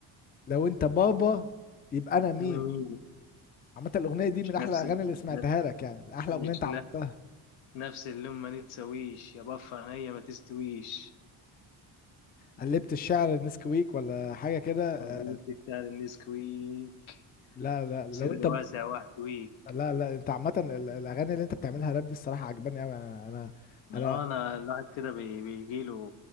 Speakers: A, on the left (about 20°); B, on the left (about 75°).
A: لو انت بابا يبقى انا مين
B: انا مين
A: عامه الاغنيه دي من
B: مش
A: احلى
B: نفس
A: الاغاني
B: مش
A: اللي سمعتها
B: نفس
A: لك يعني احلى
B: مش
A: اغنيه انت عملتها
B: نفس اللون ما نتسويش يا بف عينيا ما تستويش
A: قلبت الشعر نسكويك ولا حاجه كده
B: انا قلت بتاع النسكويك
A: لا لا لو
B: صدري
A: انت
B: واسع
A: ب...
B: واحتويك
A: لا لا انت عامة ال- الاغاني اللي انت بتعملها راب دي الصراحة عجباني قوي انا انا
B: لا
A: انا
B: انا الواحد كده بي- بيجيله